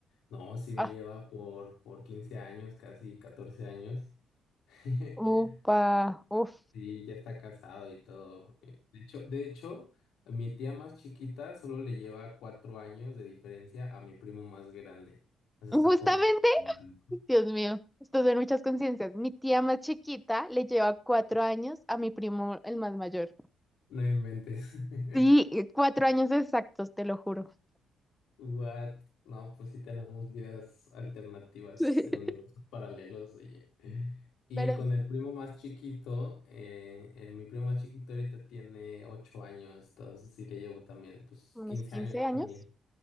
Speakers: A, on the left; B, in the centre.
A: No, sí me
B: Ah,
A: lleva por, por 15 años, casi 14 años. <laughs>
B: upa, uf.
A: Sí, ya está casado y todo. Eh, De hecho, de hecho, mi tía más chiquita solo le lleva cuatro años de diferencia a mi primo más grande. Eso
B: Justamente,
A: está como medio loco.
B: Dios mío, esto son muchas conciencias. Mi tía más chiquita le lleva cuatro años a mi primo, el más mayor.
A: No inventes. <laughs>
B: Sí, eh, cuatro años exactos, te lo juro.
A: What? No, pues sí tenemos vidas alternativas
B: Sí.
A: en universos paralelos, oye. Y
B: Pero
A: con el primo más chiquito, eh, el- mi primo más chiquito ahorita tiene ocho años, entonces sí le llevo también, pues
B: unos
A: quince
B: 15
A: años
B: años.
A: también.